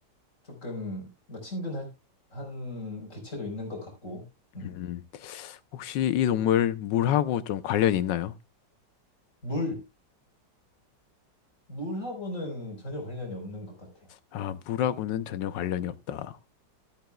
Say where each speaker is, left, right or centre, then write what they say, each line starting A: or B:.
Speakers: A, on the left; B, on the left.
A: 조금 뭐 친근할 한 개체도 있는 것 같고, 음.
B: 음, 혹시 이 동물 물하고 좀 관련이 있나요?
A: 물. 물하고는 전혀 관련이 없는 것 같아.
B: 아, 물하고는 전혀 관련이 없다.